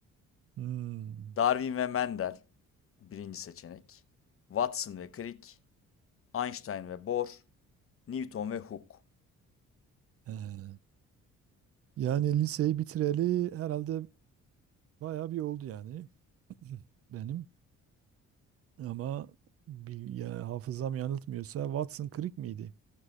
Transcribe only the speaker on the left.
Darwin ve Mendel, birinci seçenek. Watson ve Crick, Einstein ve Bohr, Newton ve Hooke.